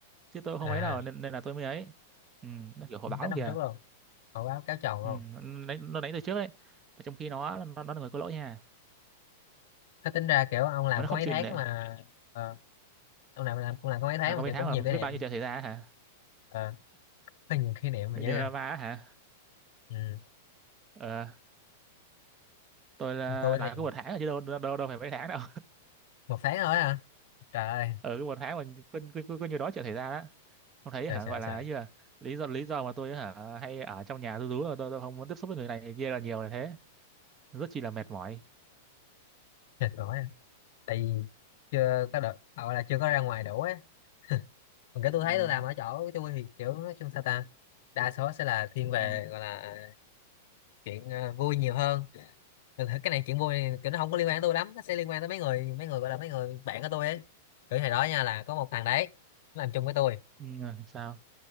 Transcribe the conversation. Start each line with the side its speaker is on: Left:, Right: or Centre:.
Right: chứ tôi không
Left: à
Right: ấy đâu nên, nên là tôi mới ấy ừ, nó kiểu hồi
Left: đánh
Right: báo luôn
Left: năm
Right: kìa
Left: trước luôn hồi báo cáo chồng
Right: ừ,
Left: luôn
Right: nó, đánh, nó đánh từ trước ấy mà trong khi nó nó, nó là người có lỗi nha
Left: thế tính ra kiểu ông làm
Right: mà nó
Left: có
Right: không
Left: mấy
Right: chịu
Left: tháng
Right: nể
Left: mà ờ, ông làm làm cũng làm có mấy tháng
Right: à có
Left: mà
Right: mấy
Left: kiểu
Right: tháng
Left: cũng
Right: mà
Left: nhiều
Right: biết
Left: kỷ niệm
Right: bao nhiêu chuyện xảy ra hả
Left: à, có nhiều kỷ niệm mà
Right: nhiều
Left: dữ à
Right: drama á hả
Left: ừ.
Right: ờ, tôi là
Left: tôi
Right: làm
Left: thì
Right: có một tháng rồi chứ đâu đâu, đâu đâu phải mấy tháng đâu
Left: một tháng thôi à trời ơi
Right: <laughs> ở cái một tháng mà có, có, có, có nhiều đó chuyện xảy ra đó không thấy
Left: trời
Right: hả
Left: trời
Right: gọi là
Left: trời
Right: ấy như là lý do lý do mà tôi hả hay ở trong nhà tôi rú là tôi, tôi không muốn tiếp xúc với người này người kia là nhiều là thế rất chi là mệt mỏi
Left: mệt mỏi à. tại vì chưa có được gọi là chưa có ra ngoài đủ á, còn cái
Right: ừ,
Left: tôi thấy tôi làm ở chỗ của tôi thì kiểu nói chung sao ta đa số sẽ là thiên về
Right: ừ,
Left: gọi là chuyện ờ, vui nhiều hơn Thực ra cái này chuyện vui này, kiểu nó không có liên quan tới tôi lắm nó sẽ liên quan tới mấy người mấy người gọi là mấy người bạn của tôi ấy kiểu hồi đó nha là có một thằng đấy nó làm chung với tôi
Right: ừ, sao